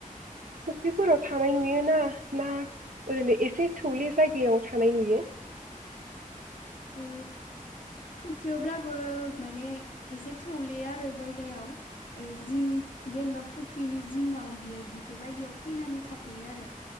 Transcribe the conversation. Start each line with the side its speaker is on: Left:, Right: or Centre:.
Right: फुख्रिफोराव थानाय नुयोना ना ओरैनो एसे थौले जायगायाव थानाय नुयो
Left: ओ फुख्रियावब्लाबो माने एसे थौले आरो जायगायाव। ओ जिं जेनेबा फु ख्रिनि जिङाव बियो बेफोरबायदियाव फैनानै थाफैयो आरो